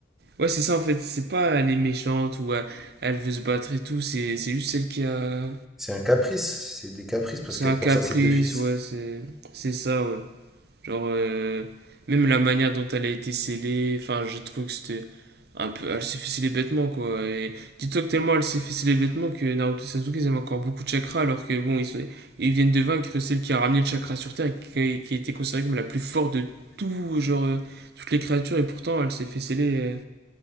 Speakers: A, on the right; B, in the centre.
A: Ouais, c'est ça en fait, c'est pas elle est méchante ou elle, elle veut se battre et tout, c'est c'est juste celle qui a.
B: C'est un caprice, c'est des caprices parce
A: C'est
B: qu'elle
A: un
B: pense
A: caprice,
B: à ses deux fils.
A: ouais, c'est c'est ça, ouais. Genre, euh, même la manière dont elle a été scellée, enfin, je trouve que c'était un peu. Elle s'est fait sceller bêtement, quoi. Et dis-toi que tellement elle s'est fait sceller bêtement que Naruto et Sasuke, ils avaient encore beaucoup de chakra, alors que bon, ils, sont- ils viennent de vaincre celle qui a ramené le chakra sur Terre et qui, qui était considérée comme la plus forte de tout, genre, euh, toutes les créatures, et pourtant elle s'est fait sceller. euh,